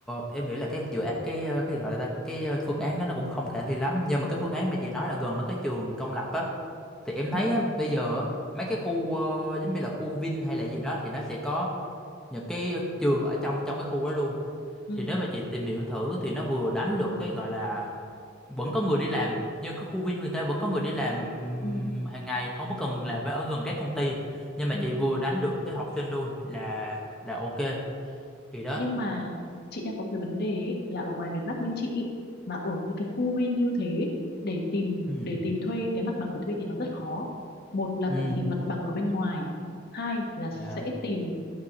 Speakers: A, in the centre; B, on the left.
A: em nghĩ là cái dự án cái ờ, cái gọi là ta- cái ờ, phương án đó nó cũng không khả thi lắm nhưng mà cái phương án mà chị nói là gần mấy cái trường công lập á thì em
B: ừ
A: thấy á, bây giờ mấy cái khu ờ, giống như là khu Vin hay là gì đó thì nó sẽ có những cái trường ở trong trong cái khu đó luôn
B: ừ
A: thì nếu mà chị tìm hiểu thử thì nó vừa đánh được cái gọi là vẫn có người đi làm như cái khu Vin người ta vẫn có người đi làm
B: ừ,
A: hàng ngày không có cần là phải ở gần các công ty nhưng mà
B: ừ.
A: chị vừa đánh được tới học sinh luôn là là ok thì đó
B: nhưng mà chị đang có một cái vấn đề ấy, là ở ngoài miền Bắc bên chị ấy, mà ở những cái khu viên như thế ấy, để tìm
A: ừ
B: để tìm thuê cái mặt bằng để thuê thì nó rất khó một là
A: ừ
B: phải tìm mặt bằng ở bên ngoài hai là sẽ
A: dạ
B: tìm